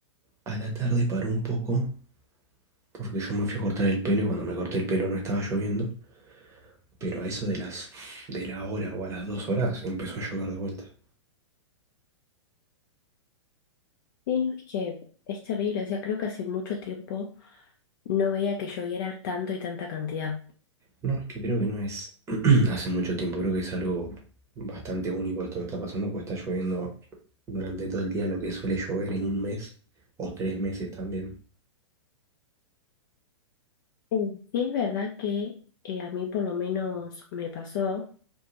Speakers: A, on the right; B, on the left.
A: a la tarde paró un poco porque yo me fui a cortar el pelo y cuando me corté el pelo no estaba lloviendo, pero a eso de las de la hora o a las dos horas empezó a llover de vuelta.
B: Y no, es que es terrible, o sea, creo que hace mucho tiempo no veía que lloviera tanto y tanta cantidad.
A: No, es que creo que no es <clears throat> hace mucho tiempo, creo que es algo bastante único esto que está pasando porque está lloviendo durante todo el día lo que suele llover en un mes o tres meses también.
B: Eh, Sí, es verdad que eh, a mí por lo menos me pasó